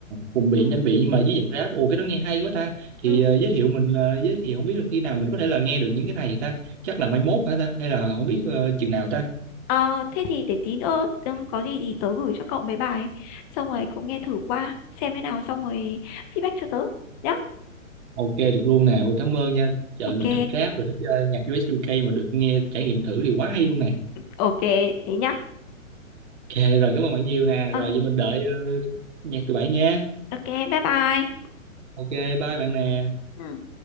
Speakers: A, on the right; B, on the left.
A: Cùng biện
B: Ừ.
A: tranh biện nhưng mà với dạng rap ồ cái đó nghe hay quá ta thì
B: ừ.
A: ờ, giới thiệu mình ờ, giới thiệu không biết là khi nào mình có thể là nghe được những cái này ta chắc là mai mốt hả ta hay là không biết ờ, chừng nào ta
B: Ờ, thế thì để tí nữa ừm, có gì thì tớ gửi cho cậu mấy bài xong rồi cậu nghe thử qua xem thế nào xong rồi feedback cho tớ nhá
A: Ok được luôn nè, Ôi, cảm ơn nha. Trời
B: ok
A: mình thích rap rồi thích ờ, nhạc US UK mà được nghe trải nghiệm thử thì quá hay luôn nè.
B: ok thế nhá
A: Ok rồi cảm ơn bạn nhiều nè.
B: Ờ,
A: Rồi vậy mình đợi ờ, nhạc từ bạn nha.
B: Ok, bye bye.
A: Ok bye bạn nè.
B: Ừ.